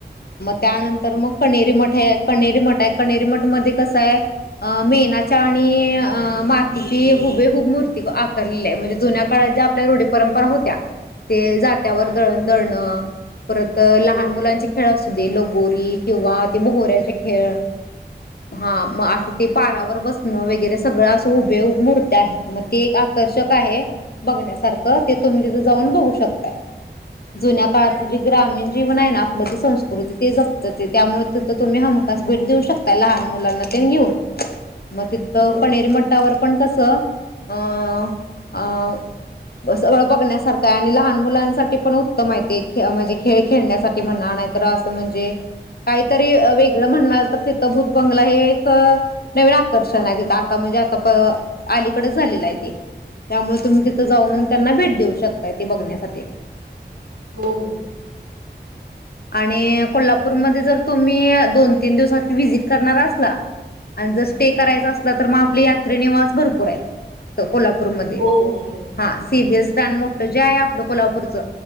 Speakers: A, on the left; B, on the right.
A: त्यानंतर मग कणेरी मठ हाय, कणेरी मठ हाय, कणेरी मठमध्ये कस हाय? अ मेणाच्या आणि अ मातीची हुबेहूब मूर ती आकारलेली हाय म्हणजे जुन्या काळात ज्या आपल्या रूढी, परंपरा होत्या ते जात्यावर
B: हां
A: दळण-दळण. परत अं लहान
B: होय
A: मुलांचे
B: बरोबर
A: खेळ असूदे लगोरी किंवा ते बोहऱ्याचे खेळ. हा, मं आता ते परावर बसणं वैगरे सगळं असं हुबेहूब मुर्त्या आहेत मं. ते एक आकर्षक आहे. बघण्यासारखं, ते तुम्ही तिथं जाऊन बघू शकताय. जुन्या काळातलं
B: हां ठीक
A: जे
B: आहे
A: ग्रामीण
B: ठीक
A: जीवन आहे ना आपल ते संस्कृत. तिथं जपत ते, त्यामुळे तिथं तुम्ही हमखास भेट देऊ शकताय लहान मुलांना तेन घेऊन. मं तिथं,
B: बरं
A: कणेरी मठावर पण कस? अं.. अं.. सगळं बघण्यासारखं आहे, आणि लहान मुलांसाठी पण उत्तम आहे ते, म्हणजे खेळ खेळण्यासाठी म्हणा, नाहीतर असं म्हणजे कायतरी वेगळं म्हणणार पण तिथं भूतबंगला हे एका नवीन आकर्षण आहे तिथं आता म्हणजे आता पं.. अलीकडंच. झालेलं हाय ते, त्यामुळे तुम्ही तिथ. तिथं जाऊन
B: हां हां
A: त्यांना भेट देऊ शकताय. ते बघण्यासाठी.
B: हो, हो.
A: आणि कोल्हापूरमध्ये
B: म्हण
A: जर तुम्ही.... दोन तीन दिवसाची व्हिजिट करणार असला. आणि जर स्टे करायचा
B: हां
A: असला तर मग. आपली यात्री निवास भरपूर आहेत. तं कोल्हापूरमध्ये.
B: हो हो आहे
A: हा. C B S. स्टॅन्ड मोठं जे आहे आपल कोल्हापूरच.